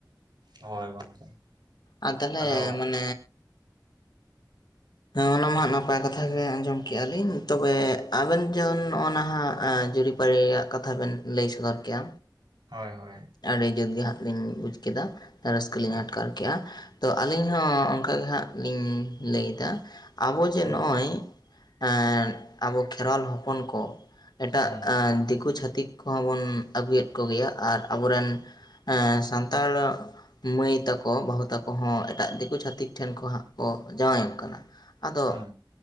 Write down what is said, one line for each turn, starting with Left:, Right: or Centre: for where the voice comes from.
Right: ᱦᱳᱭ ᱜᱚᱝᱠᱮ᱾
Left: ᱟᱨ ᱛᱟᱞᱦᱮ
Right: ᱟᱫᱚ
Left: ᱢᱟᱱᱮ ᱦᱮᱸ ᱚᱱᱟ ᱢᱟ ᱦᱟᱸᱜ ᱱᱟᱯᱟᱭ ᱠᱟᱛᱷᱟ ᱜᱮ ᱟᱸᱡᱚᱢ ᱠᱮᱜᱼᱟ ᱞᱤᱧ, ᱛᱚᱵᱮ ᱟᱵᱮᱱ ᱡᱮᱢᱚᱱ ᱱᱚᱜᱼᱟ ᱱᱟᱦᱟᱸᱜ ᱡᱩᱨᱤᱯ ᱯᱟᱹᱨᱤ ᱭᱟᱜ ᱠᱟᱛᱷᱟ ᱵᱤᱱ ᱞᱟᱹᱭ ᱥᱚᱫᱚᱨ ᱠᱮᱜᱼᱟ,
Right: ᱦᱳᱭ ᱦᱳᱭ᱾
Left: ᱟᱹᱰᱤ ᱡᱩᱛ ᱜᱮ ᱦᱟᱸᱜ ᱞᱤᱧ ᱵᱩᱡᱽ ᱠᱮᱫᱟ᱾ ᱨᱟᱹᱥᱠᱟᱹ ᱞᱤᱧ
Right: ᱦᱳᱭ
Left: ᱟᱴᱠᱟᱨ ᱠᱮᱜᱼᱟ ᱾ ᱛᱚ ᱟᱹᱞᱤᱧ ᱦᱚᱸ ᱚᱱᱠᱟᱜᱮ ᱦᱟᱸᱜ ᱞᱤᱧ ᱞᱟᱹᱭᱫᱟ ᱟᱵᱚ ᱡᱮ
Right: ᱦᱳᱭ
Left: ᱱᱚᱜᱼᱚᱭ, ᱮᱸᱜ ᱟᱵᱚ ᱠᱷᱮᱨᱣᱟᱞ ᱦᱚᱯᱚᱱ ᱠᱚ ᱮᱴᱟᱜ
Right: ᱦᱩᱸ
Left: ᱫᱤᱠᱩ ᱪᱷᱟᱹᱛᱤᱠ ᱠᱚᱦᱚᱸ ᱵᱚᱱ ᱟᱹᱜᱩᱭᱮᱫ ᱠᱚᱜᱮᱭᱟ᱾ ᱟᱨ ᱟᱵᱚᱨᱮᱱ ᱥᱟᱱᱛᱟᱲ, ᱢᱟᱹᱭ ᱛᱟᱠᱚ ᱵᱟᱹᱦᱩ ᱛᱟᱠᱚ ᱦᱚᱸ ᱮᱴᱟᱜ ᱫᱤᱠᱩ ᱪᱷᱟᱹᱛᱤᱠ ᱴᱷᱮᱱ ᱠᱷᱚᱱ ᱦᱟᱸᱜ ᱠᱚ ᱡᱟᱶᱟᱭᱚᱜ ᱠᱟᱱᱟ ᱾ ᱟᱫᱚ
Right: ᱦᱩᱸ